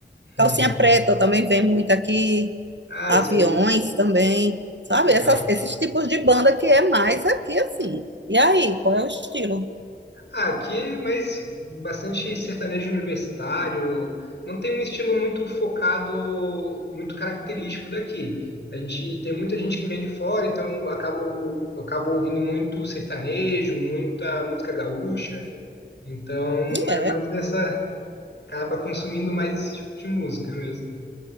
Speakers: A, on the left; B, on the right.
A: Hum.
B: Calcinha Preta também vem muito aqui.
A: Ah,
B: Aviões
A: isso aí,
B: também. Sabe?
A: legal.
B: Essas- esses tipos de banda que é mais aqui assim. E aí, qual é o estilo?
A: Ah, aqui, mas bastante sertanejo universitário. Não tem um estilo muito focado, muito característico daqui. A gente tem muita gente que vem de fora, então eu acabo, eu acabo ouvindo muito sertanejo, muita música gaúcha. Então
B: E
A: é
B: é.
A: mais dessa, acaba consumindo mais esse tipo de música mesmo.